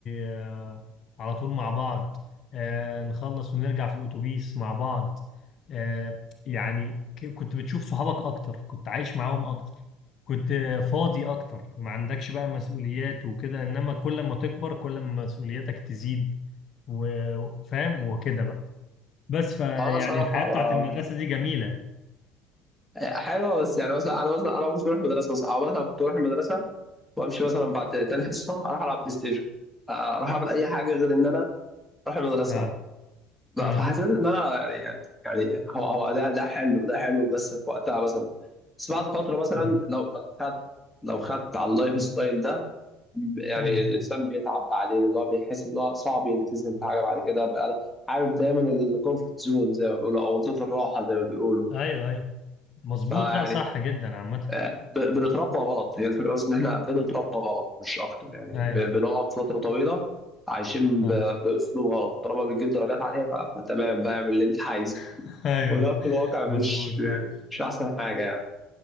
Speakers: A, on the left; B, in the centre.
A: آه على طول مع بعض آه نخلص ونرجع في الأتوبيس مع بعض آه يعني ك- كنت بتشوف صحابك أكتر كنت عايش معاهم أكتر كنت آه، فاضي أكتر ما عندكش بقى مسؤوليات وكده إنما كل ما تكبر كل ما مسؤولياتك تزيد وفاهم وكده بقى بس فيعني
B: فأنا الصراحة
A: الحياة بتاعت
B: بقى
A: المدرسة دي جميلة
B: حلوة بس يعني مثلا أنا مثلا أنا ما كنتش بروح المدرسة مثلا أو مثلا كنت بروح المدرسة وأمشي مثلا بعد تاني حصة أروح ألعب بلاي ستيشن آه، أروح أعمل أي حاجة غير إن أنا أروح المدرسة
A: اه
B: بقى
A: امم
B: فحسيت إن أنا يعني يعني يعني هو هو ده ده حلو ده حلو بس في وقتها مثلا بس بعد فترة مثلا
A: امم
B: لو لو خدت لو خدت على اللايف ستايل ده ب- يعني
A: امم
B: الانسان بيتعب بعدين اللي هو بيحس ان هو صعب يلتزم في حاجه بعد كده بقى انا حابب دايما الكومفورت زون زي ما بيقولوا او منطقه الراحه زي ما بيقولوا
A: ايوه ايوه مظبوط
B: فيعني
A: لا صح جدا عامة
B: آه، ب- بنتربى غلط هي الفكره بس ان احنا بنتربى غلط مش اكتر يعني
A: ايوه
B: ب- بنقعد فتره طويله عايشين
A: اه
B: ب- باسلوب غلط طالما بتجيب درجات عاليه ف- فتمام بقى اعمل اللي انت عايزه
A: <laughs> ايوه
B: وده في الواقع مش
A: مظبوط صح
B: مش احسن حاجه يعني